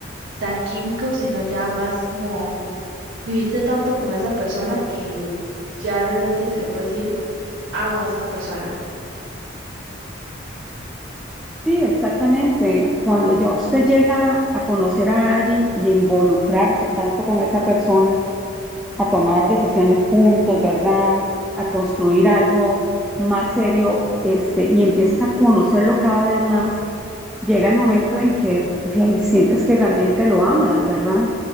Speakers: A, on the right; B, in the centre.
A: tan químico, sino ya más como viviste tanto con esa persona que ya realmente se le puede decir, amo a esta persona.
B: Sí, exactamente. Cuando ya usted llega a conocer a alguien y involucrarse tanto con esa persona, a tomar decisiones juntos, ¿verdad? A construir algo más serio, este, y empiezas a conocerlo cada vez más llega el momento en que ve ahí, sientes que realmente lo amas, ¿verdad?